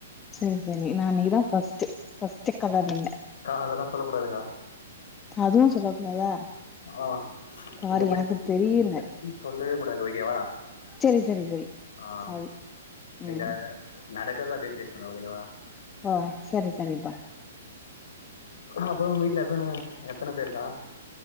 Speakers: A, on the left; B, on the left.
A: சரி சரி நா நீதா ஃபர்ஸ்ட்டு ஃபர்ஸ்ட்டு காலர் நீீங்க
B: கா அதெல்லா சொல்ல கூடாதுக்கா
A: அதுவு சொல்லக்கூடாதா
B: ஆ
A: சாரி
B: இத பத்தி
A: எனக்கு தெரியல
B: இத பத்தி சொல்லவே கூடாது ஓகேவா
A: சரி சரி சரி
B: ஆ
A: சாரி
B: நீங்க
A: ம்
B: நடக்கறத அப்டியே பேசுங்க ஓகேவா
A: ஆ சரி சரிப்பா
B: அப்பறோ வீட்டுல எத்த எத்தனை பேருக்கா